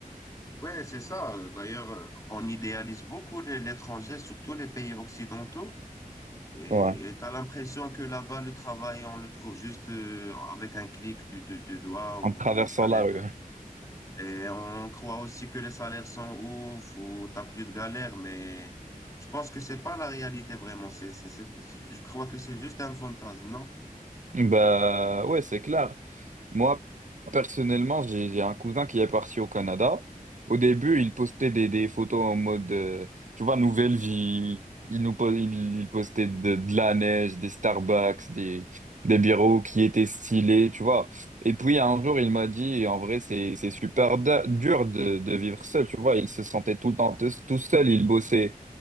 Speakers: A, on the left; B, on the right.
A: Ouais, c'est ça. Euh, D'ailleurs, euh, on idéalise beaucoup les- l'étranger, surtout les pays occidentaux. Et
B: Ouais.
A: tu as l'impression que là-bas, le travail, on le trouve juste euh, avec un clic du, de- du doigt ou
B: En traversant
A: les salaires
B: la rue.
A: Et on croit aussi que les salaires sont ouf ou t'as plus de galère, mais je pense que c'est pas la réalité vraiment. C'est, c'est, c'est- je crois que c'est juste un fantasme, non?
B: Bah ouais, c'est clair. Moi, personnellement, j'ai j'ai un cousin qui est parti au Canada. Au début, il postait des, des photos en mode, euh, tu vois, nouvelle vie. Il nous po- il, il postait de, de la neige, des Starbucks, des, des bureaux qui étaient stylés, tu vois. Et puis, un jour, il m'a dit, en vrai, c'est, c'est super da- dur de, de vivre seul, tu vois. Il se sentait tout le temps te- tout seul. Il bossait